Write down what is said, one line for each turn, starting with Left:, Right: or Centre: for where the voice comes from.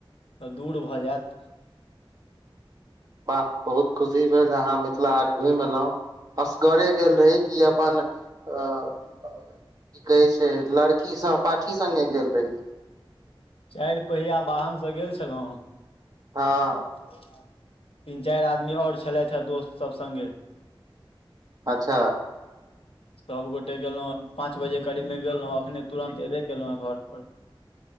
Left: त दूर भ जायत।
Right: वाह बहुत खुशी भेल जे अहाँ मिथिला हाट घुमि अयलहुँ, असगरे गेल रही कि अपन की कहै छै लड़की सहपाठी संगे गेल रही।
Left: चारि पहिया वाहन से गेल छलहुँ।
Right: हँ
Left: <unintelligible> तीन चारि आदमी और छलथि हेँ दोस्तसब संगे।
Right: अच्छा।
Left: सभ गोटे गेलहुँ पाँच बजे करीबमे गेलहुँ, एखने तुरन्त अयबे कयलहुँ हेँ घर पर।